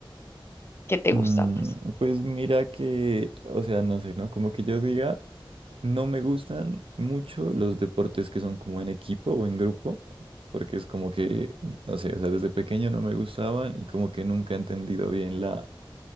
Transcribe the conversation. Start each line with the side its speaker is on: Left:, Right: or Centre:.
Left: qué te
Right: Mm,
Left: gusta más.
Right: pues mira que, o sea, no sé, ¿no? Como que yo diga... No me gustan mucho los deportes que son como en equipo o en grupo, porque es como que, no sé, o sea, desde pequeño no me gustaban y como que nunca he entendido bien la,